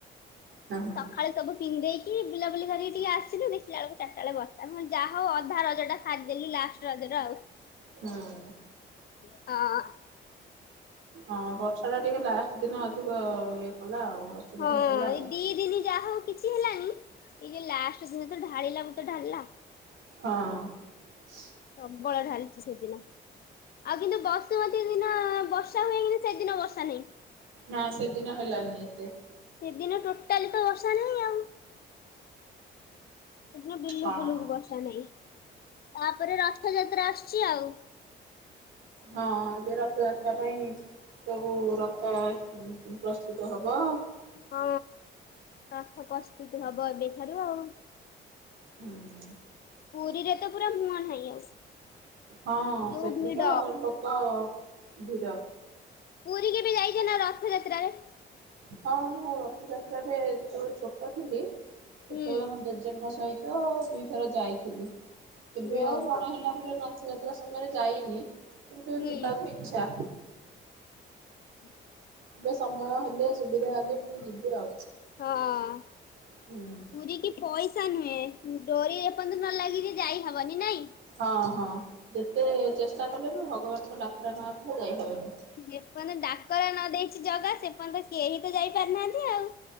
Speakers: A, on the right (about 80°); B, on the left (about 50°).
A: ହଁ ହଁ
B: ସକାଳୁ ସବୁ ପିନ୍ଧେଇକି ବୁଲାବୁଲି କରିକିି ଟିକେ ଆସିଲୁ ଦେଖିଲା ବେଳକୁ ଚାର ଚାରଟା ବେଳେ ବର୍ଷା ହଁ ଯାହା ହଉ ଅଧା ରଜଟା ସାରିଦେଲୁ ଲାଷ୍ଟ ରଜରେ ଆଉ।
A: ହୁଁ
B: ହଁ।
A: ହଁ ବର୍ଷା ଟା ଟିକେ ଲାଷ୍ଟ ଦିନ ଅଧିକ ଇଏ କଲା ଆଉ। ଅସୁବିଧା
B: ହଁ
A: କଲା
B: ଏଇ
A: ଆଉ
B: ଦି ଦିନି ଯାହା ହଉ। କିଛି ହେଲାନି ଏଇ ଯୋଉ ଲାଷ୍ଟ ଦିନ ତ ଢାଳିଲା ବୃତ ଢାଳିଲା।
A: ହଁ।
B: ପ୍ରବଳ ଢାଲିଚି ସେଦିନ। ଆଉ କିନ୍ତୁ ବସୁମତୀ ଦିନ ବର୍ଷା ହୁଏ କି ସେଦିନ ବର୍ଷା ନାହିଁ।
A: ହଁ ସେଦିନ ହେଲାନି ଏତେ।
B: ସେଦିନ ଟୋଟାଲି ତ ବର୍ଷା ନାହିଁ ଆଉ। ସେଦିନ ବିଲୁକୁଲୁକୁ
A: ହଁ
B: ବର୍ଷା ନାାଇଁ ତାପରେ ରଥଯାତ୍ରା ଆସୁଚି ଆଉ।
A: ହଁ ଏବେ ରଥଯାତ୍ରା ପାଇଁ ସବୁ ରଥ ପ୍ରସ୍ତୁତ ହବ।
B: ହଁ ରଥ ପ୍ରସ୍ଥତି ହବ ଏବେ ଠାରୁ ଆଉ।
A: ହୁଁ।
B: ପୁରୀରେ ତ ପୁରା ମୁହଁ ନାହିଁ ଆଉ।
A: ହଁ
B: ଯୋଉ
A: ସେଠି
B: ଭିଡ
A: ତ ଲୋକ ଭିଡ।
B: ପୁରୀ କେବେ ଯାଇଚନ୍ତି ନା ରଥଯାତ୍ରାରେ?
A: ହଁ ମୁଁ ରଥଯାତ୍ରାରେରେ ଯେତେବେଳେ ଛୋଟ ଥିଲି ସେତେବେଳେ
B: ହୁଁ
A: ମୁଁ ଜଙ୍କ ସହିତ ଦୁଇଥର ଯାଇଥିଲି ଏବେ
B: ଓହୋ
A: ଆଉ ବଡ଼ ହେଲା ପରେ ର ଥଯାତ୍ରା ସମୟରେ ଯାଇନି କିନ୍ତୁ
B: ହୁଁ
A: ଯିବାକୁ ଇଚ୍ଛା।
B: <inaudible>
A: ଏବେ ସମୟ ହେଲେ ସୁବିଧା ହେଲେ ପୁଣି ଯିବି ଆଉ।
B: ହଁ ପୁରୀ
A: ହୁଁ
B: କି ପଇସା ନୁହେଁ ଡୋରି ଯେ ପର୍ଯ୍ୟନ୍ତ ନ ଲାଗିଚି ଯାଇ ହବନି ନାଇଁ।
A: ହଁ ହଁ ଯେତେ ଚେଷ୍ଟା କଲେ ବି ଭଗବାନଙ୍କ ଡାକରା ନ ଆସିଲେ ଯାଇ ହେବନି।
B: ଯେପର୍ଯ୍ୟ ଡାକରା ନ ଦେଇଛି ଜଗା ସେପର୍ଯ୍ୟନ୍ତ କେହି ତ ଯାଇପାରିନାହାନ୍ତି ଆଉ।